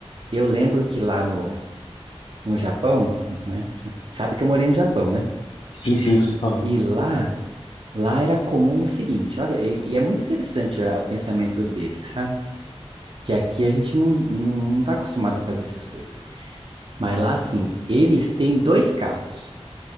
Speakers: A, on the right; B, on the left.
A: eu lembro que lá no, no Japão, né? Sabe que eu morei no Japão, né?
B: Sim, sim, você falou.
A: E lá, lá era comum o seguinte, olha, e, e é muito interessante ah, o pensamento deles, sabe? Que aqui a gente não, não, não tá acostumado a fazer essas coisas. Mas lá, assim, eles têm dois carros.